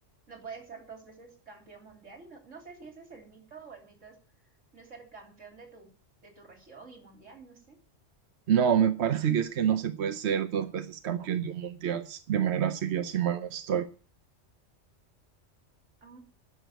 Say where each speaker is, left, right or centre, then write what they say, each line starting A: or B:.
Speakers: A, on the right; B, on the right.
A: no puedes ser dos veces campeón mundial. No, no sé si ese es el mito o el mito es no ser campeón de tu, de tu región y mundial, no sé.
B: No, me parece que es que no se puede ser dos veces campeón de un mundial de manera seguida, si mal no estoy.
A: Ah,